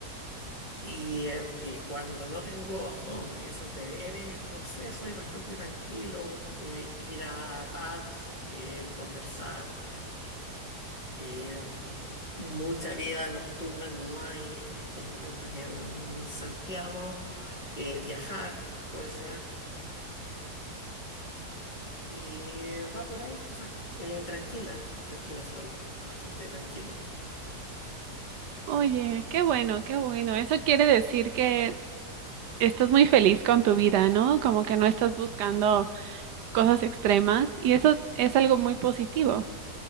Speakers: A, on the left (about 25°); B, on the right (about 85°).
A: Y, eh, y cuando no tengo <laughs> esos deberes, no sé, soy bastante tranquilo. eh, ir a pubs, eh, conversar. eh, mucha vida nocturna no hay en estos momentos en Santiago. eh, viajar puede ser. Y eh, va por ahí cosas eh, tranquilas, tranquilas, soy bastante tranquilo.
B: Oye, qué bueno, qué bueno. Eso quiere decir que estás muy feliz con tu vida, ¿no? Como que no estás buscando cosas extremas y eso es algo muy positivo.